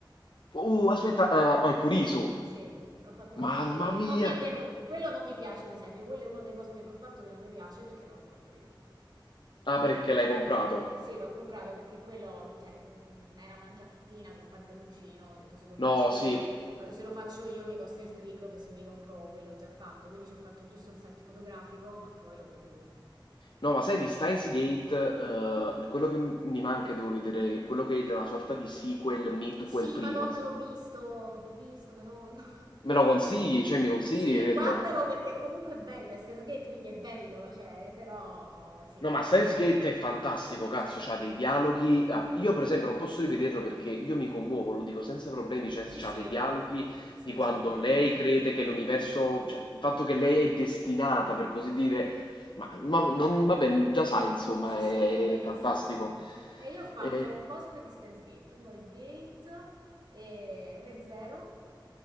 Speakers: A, on the left; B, on the right.
A: Uh, aspetta, ah, ah, Kurisu.
B: Sì, ho fatto il cosplay
A: Mamma
B: di lei.
A: mia!
B: Non mi è venuto. Quello non mi piace, ad esempio. Quello è uno dei cosplay che ho fatto che non mi piace perché non l'ho fatto io.
A: Ah, perché l'hai comprato?
B: Sì, l'ho comprato perché quello, cioè, mh, era una giacchettina con pantaloncino. Ho detto se lo faccio
A: No,
B: io,
A: sì.
B: vado se lo faccio io mi costa il triplo che se mi compro quello già fatto. Quindi ci ho fatto giusto un set fotografico, ma poi l'ho venduto.
A: No, ma sai di Steins Gate, eh, quello che m- mi manca, e devo vedere, quello che è una sorta di sequel, midquel,
B: Sì,
A: prequel.
B: Madonna, l'ho visto, l'ho visto, Madonna. <laughs>
A: Me lo consigli? Cioè, mi consigli
B: Sì,
A: di vederlo?
B: guardalo perché comunque è bello, è Steins Gate, quindi è bello, cioè, però sì,
A: No,
B: ti
A: ma
B: lascia
A: Sense8
B: sempre...
A: è fantastico, cazzo,
B: Sì,
A: c'ha dei dialoghi. ah, Io, per esempio, non posso rivederlo perché io mi commuovo, lo dico senza problemi. Cioè,
B: sì,
A: c'ha
B: sì,
A: dei dialoghi
B: sì,
A: di quando
B: stupendi.
A: lei crede che l'universo, cioè, il fatto che lei è destinata, per così dire, ma ma- non, vabbè, già sai, insomma,
B: Sì,
A: è
B: sì, è bellissimo.
A: fantastico.
B: E io ho fatto
A: Eh,
B: un cosplay di Steins Gate, uno di Gate e Re Zero.